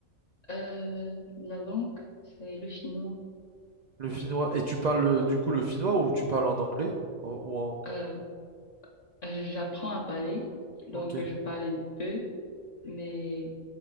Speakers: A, on the left; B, on the right.
A: Euh, la langue, c'est le chinois.
B: Le finnois. Et tu parles euh, du coup le finnois ou tu parles en anglais? En- ou en...
A: Euh, j'apprends à parler, donc
B: Ok.
A: je parle un peu, mais